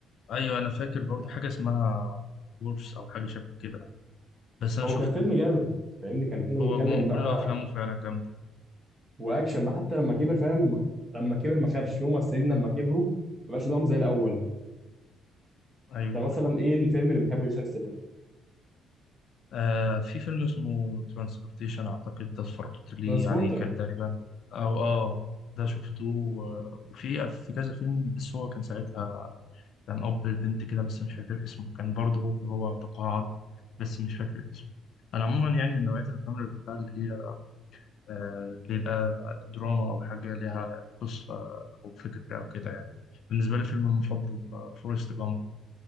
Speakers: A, on the left; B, on the right.
A: ايوه انا فاكر برضه حاجه اسمها وولفز او حاجه شبه كده بس انا
B: هو
A: شفته
B: كان فيلم جامد فاهمني كان فيلم
A: هو
B: بيتكلم
A: جم-
B: بقى
A: كل افلامه فعلا جامده
B: واكشن بقى حتى لما كبر فاهم لما كبر ما خابش في ممثلين لما كبروا ما بقاش قدامهم زي الاول
A: ايوه
B: ده مثلا ايه الفيلم اللي بتحبه جيسون ستيتم
A: آه في فيلم اسمه ترانسبورتيشن أعتقد ده اتفرجت لي
B: ترانسبورتر
A: عليه كان تقريبا أو آه ده شفته آه، وفي في كذا فيلم بس هو كان ساعتها كان أب البنت كده بس مش فاكر اسمه كان برضه اللي هو تقاعد بس مش فاكر اسمه أنا عموما يعني من نوعية الأفلام اللي بحبها اللي هي آه بيبقى دراما أو حاجة ليها قصة أو فكرة أو كده يعني بالنسبة لي فيلم المفضل فورست جامب